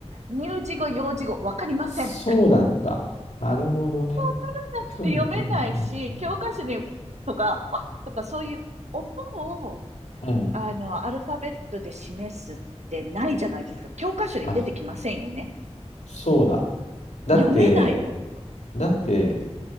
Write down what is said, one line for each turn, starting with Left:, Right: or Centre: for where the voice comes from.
Right: 乳児語、幼児語、わかりません。
Left: そうだった。
Right: みたいな。
Left: なるほどね。
Right: わからなくて読めないし、
Left: ふむふむふむふむ。
Right: 教科書に、ウィッとか、ワッとか、そういう音を、
Left: うん。
Right: あの、アルファベットで示すってないじゃないですか。教科書に出てきませんよね。
Left: あ、そうだ。だって、
Right: 読めないの。
Left: だって、